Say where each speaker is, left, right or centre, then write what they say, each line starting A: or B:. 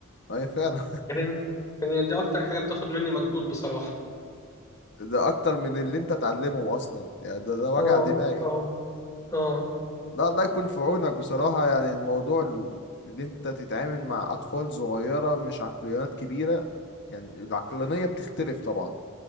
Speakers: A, on the left (about 55°); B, on the left (about 15°).
A: ايوه فعلا
B: فاهم؟ يعني دي أكتر حاجة بتاخد مني مجهود بصراحة
A: <laughs> ده اكتر من اللي انت تعلمه اصلا يعني ده ده وجع
B: اه
A: دماغ
B: اه اه
A: لا الله يكون في عونك بصراحة يعني الموضوع ال- اللي انت تتعامل مع أطفال صغيرة مش عقليات كبيرة يعني العقلانية بتختلف طبعا